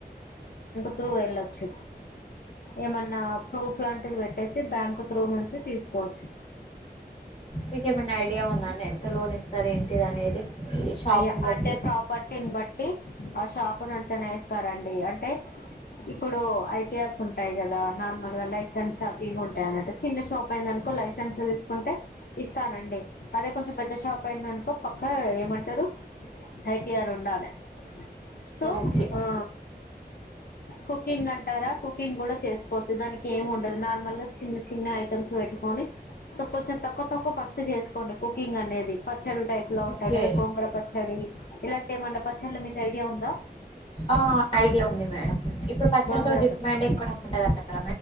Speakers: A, on the left (about 65°); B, on the left (about 35°).
A: ప్రూ వెళ్ళచ్చు. ఏమన్నా ప్రూఫ్ లాంటిది పెట్టేసి బ్యాంక్ త్రూ నుంచి తీసుకోవచ్చు.
B: మీకేమన్నా ఐడియా ఉందా అండి. ఎంత లోన్ ఇస్తారు ఏంటిది అనేది ఈ షాప్ని
A: అయ్య
B: బట్టి
A: అంటే ప్రాపర్టీని బట్టి ఆ షాపు నంచనా వేస్తారం ండి. అంటే ఇప్పుడు ఐటీఆర్స్ ఉంటాయి కదా నార్మల్గా లైసెన్స్ అవిమి ఉంటాయన్నట్టు చిన్న షాప్ అయిందన్ నుకో లైసెన్స్ తీసుకుంటే ఇస్తారండి. అదే కొంచెం పెద్ద షాప్ అయిందనుకో పక్కా ఏమంటరు ఐ టీ ఆర్ ఉండాలే సో
B: ఓకే
A: ఆ కుకింగ్ అంటారా కుకింగ్ కూడా చేసుకోవచ్చు దానికి ఏం ఉండదు నార్మల్ గా చిన్న చి చిన్న ఐటమ్స్ పెట్టుకొని తక్కువ తక్కువ ఫస్ట్ చేసుకోండి కుకింగ్ అనేది పచ్చడి టైప్ లా ఉంటాయి
B: ఓకే
A: కదా గోంగర పచ్చడి ఇలాంటి ఏమన్నా పచ్చళ్ళు మీకు ఐడియా ఉందా
B: ఆ ఐడియా ఉంది మేడం ఇప్పుడు పచ్చళ్లతో
A: గోంగూర
B: డిమాండ్
A: పచ్చడి
B: ఎక్కువనే ఉంటాది కద